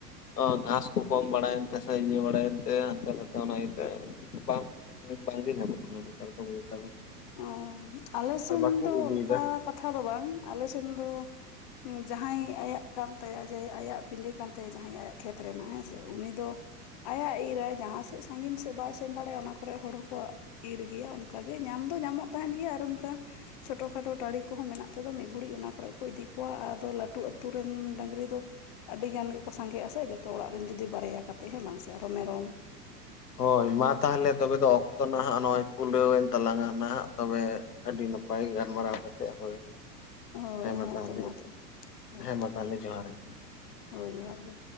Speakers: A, on the left; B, on the left.
A: ᱟ ᱜᱷᱟᱥ ᱠᱚ ᱠᱚᱢ ᱵᱟᱲᱟᱭᱮᱱ ᱛᱮ ᱥᱮ ᱤᱭᱟᱹ ᱵᱟᱲᱟᱭᱮᱱᱛᱮ ᱮ ᱦᱟᱱᱛᱮ ᱱᱟᱛᱮ ᱚᱱᱟ ᱤᱭᱟᱹᱛᱮ ᱵᱟᱝ ᱵᱟᱝᱜᱮ ᱧᱟᱢᱚᱜ ᱠᱟᱱᱟ ᱱᱮᱛᱟᱨ ᱫᱚ ᱚᱱᱠᱟ ᱫᱚ
B: ᱚ ᱟᱞᱮ ᱥᱮᱱ
A: ᱟᱨ ᱵᱟᱠᱚ
B: ᱫᱚ
A: ᱤᱫᱤᱭᱮᱫᱟ
B: ᱚᱱᱠᱟ ᱠᱟᱛᱷᱟ ᱫᱚ ᱵᱟᱝ ᱟᱞᱮ ᱥᱮᱱ ᱫᱚ ᱦᱩᱸ ᱡᱟᱦᱟᱸᱭ ᱟᱭᱟᱜ ᱠᱟᱱ ᱛᱟᱭᱟ ᱡᱮ ᱟᱭᱟᱜ ᱯᱤᱰᱟᱹ ᱠᱟᱱ ᱛᱟᱭᱟ ᱛᱮ ᱡᱟᱦᱟᱸᱭᱟᱜ ᱠᱷᱮᱛ ᱨᱮᱱᱟᱜ ᱦᱮᱸ ᱥᱮ ᱩᱱᱤ ᱫᱚ ᱟᱭᱟᱜ ᱤᱨ ᱟᱭ ᱡᱟᱦᱟᱸ ᱥᱮᱫ ᱥᱟᱺᱜᱤᱧ ᱥᱮᱫ ᱵᱟᱭ ᱥᱮᱱ ᱫᱟᱲᱮᱭᱟᱜᱼᱟ ᱚᱱᱟ ᱠᱚᱨᱮᱜ ᱦᱚᱲ ᱦᱚᱸᱠᱚ ᱤᱨ ᱜᱮᱭᱟ ᱚᱱᱠᱟ ᱜᱮ ᱧᱮ ᱧᱟᱢ ᱫᱚ ᱧᱟᱢᱚᱜ ᱛᱟᱦᱮᱱ ᱜᱮᱭᱟ ᱟᱨ ᱚᱱᱠᱟ ᱪᱷᱚᱴᱚ ᱠᱷᱟᱴᱚ ᱴᱟᱹᱰᱤ ᱠᱚᱦᱚᱸ ᱢᱮᱱᱟᱜ ᱛᱮᱫᱚ ᱢᱤᱫ ᱜᱷᱩᱲᱤᱡ ᱚᱱᱟ ᱠᱚᱨᱮ ᱠᱚ ᱤᱫᱤ ᱠᱚᱣᱟ ᱟᱨ ᱟᱫᱚ ᱞᱟᱹᱴᱩ ᱟᱹᱛᱩ ᱨᱮᱱ ᱰᱟᱹᱝᱨᱤ ᱫᱚ ᱟᱹᱰᱤ ᱜᱟᱱ ᱜᱮᱠᱚ ᱥᱟᱸᱜᱮᱜᱼᱟ ᱥᱮ ᱡᱚᱛᱚ ᱚᱲᱟᱜ ᱨᱮᱱ ᱡᱩᱫᱤ ᱵᱟᱨᱭᱟ ᱠᱟᱛᱮ ᱦᱮᱸ ᱞᱟᱝ ᱥᱮ ᱟᱨᱚ ᱢᱮᱨᱚᱢ
A: ᱦᱳᱭ ᱢᱟ ᱛᱟᱦᱚᱞᱮ ᱛᱚᱵᱮ ᱫᱚ ᱚᱠᱛᱚ ᱱᱟᱦᱟᱜ ᱱᱚᱜᱼᱚᱭ ᱠᱩᱞᱟᱹᱣᱮᱱ ᱛᱟᱞᱟᱝᱟ ᱱᱟᱦᱟᱜ ᱛᱚᱵᱮ ᱟᱹᱰᱤ ᱱᱟᱯᱟᱭ ᱜᱟᱞᱢᱟᱨᱟᱣ ᱠᱟᱛᱮᱫ ᱦᱳᱭ
B: ᱦᱳᱭ
A: ᱦᱮᱸ ᱢᱟ ᱛᱟᱦᱚᱞᱮ
B: ᱛᱚ ᱛᱚᱵᱮ ᱦᱳᱭ
A: ᱦᱮᱸ ᱢᱟ ᱛᱟᱦᱚᱞᱮ ᱡᱚᱦᱟᱨ ᱜᱮ
B: ᱦᱳᱭ ᱡᱚᱦᱟᱨ ᱜᱮ